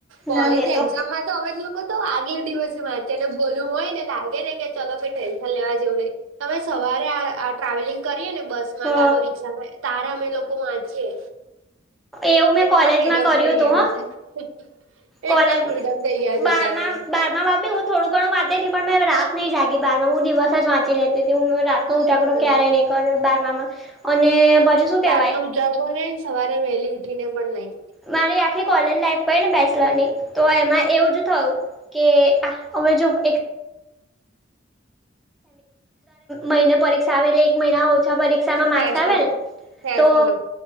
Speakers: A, on the right; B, in the centre.
A: કોલેજ
B: ના મેં તો
A: એક્ઝામમાં તો અમે લોકો આગલૅ દિવસે વાચને ભલું હોય ને લાગે ને કે ચલો ભાઈ ટેન્શન લેવા જેવું નહીં તમે સવારે આ ટ્રાવેલિંગ કરીએ ને બસ માં
B: હ
A: કા તો રિક્ષામાં તારે અમે લોકો વાંચીએ
B: એવું મેં
A: એટલા
B: કોલેજમાં
A: ફ્રીડમ
B: કર્યું
A: થઈ
B: હતું
A: ગયા
B: હ
A: છે
B: કોલેજ
A: એટલા ફ્રીડમ થઈ ગયા
B: બારમાં
A: છે અત્યારે અમે
B: બારમામાં બી હું થોડું ઘણું વાચતી પણ મેં રાત નહીં જાગી બારમાં હું દિવસ જ વાંચી લેતી તેંથી હું રાતનો
A: હમ
B: ઉજાગરો ક્યારે નહી કર્યો બારમામાં અને શું કહેવાય
A: રાતનો ઉજાગરો નઈ ને સવારે વહેલી ઉઠી ને પણ નઈ
B: મારી આખી કોલેજ લાઈફ ગય ને બેચલર ની તો એમાં એવું જ થયું કે આ અવે જો એક મહિને પરીક્ષા આવે એટલે એક મહિના ઓછા પરીક્ષામાં માર્ક્સ
A: ફેશન
B: આવે ને
A: ફેશનલ
B: તો